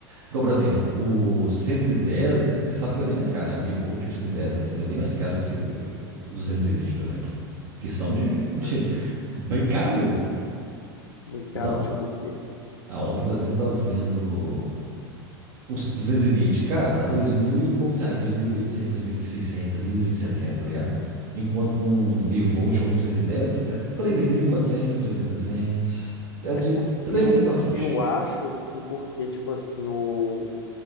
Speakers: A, on the right; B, on the left.
A: Igual, por exemplo, o 110 você sabe que ele é bem mais caro, né? O bivolt, o 110 assim, ele é bem mais caro que o 220 por exemplo. Questão de, de-
B: né?
A: bem caro mesmo.
B: Bem caro,
A: Eu tava,
B: tipo o quê?
A: ah, ontem, por exemplo, eu estava vendo Uns duzentos e vinte Cara, dá dois mil e poucos reais. 2.800, seiscentos ali, dois mil e setecentos tá ligado? Enquanto que um bivolt ou um 110 é 3.400, trezentos É
B: É
A: de
B: porque
A: 3
B: eu,
A: pra frente.
B: eu acho que porque, tipo assim, o